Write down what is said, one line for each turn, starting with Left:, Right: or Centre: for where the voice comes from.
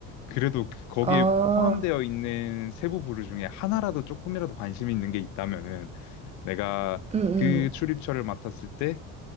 Left: 그래도 그- 거기에
Right: 어,
Left: 포함되어 있는 세부 부류 중에 하나라도 조금이라도 관심이 있는 게 있다면은 내가
Right: 음, 음,
Left: 그 출입처를 맡았을 때